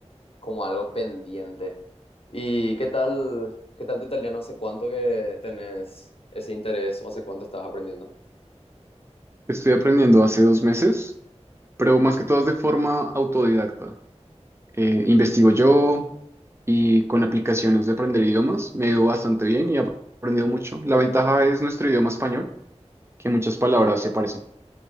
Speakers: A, on the left; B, on the right.
A: como algo pendiente. ¿Y qué tal, qué tal tu italiano? ¿Hace cuánto que tenés ese interés o hace cuánto estás aprendiendo?
B: Estoy aprendiendo hace dos meses, pero más que todo es de forma autodidacta. Eh, investigo yo y con aplicaciones de aprender idiomas me ha ido bastante bien y he aprendido mucho. La ventaja es nuestro idioma español, que muchas palabras se parecen.